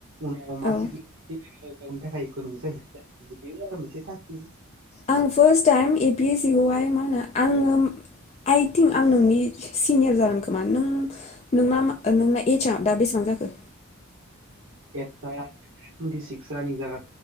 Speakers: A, on the right; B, on the left.
A: उनाव मा
B: औ
A: थिग <unintelligible> गावनि थाखाय इकन'मिक <unintelligible> बेबो आरो मोनसे थांखि
B: आं फास टाइम बे ए पि सिखौहाय मा होनो आङो आइथिंक आं नोंनि सिनियर जागोन खोमा नों नोंना नोंना एजआ दा बेसेबां जाखो
A: एस आंना टुइनटिसिकस एस रानिं जागा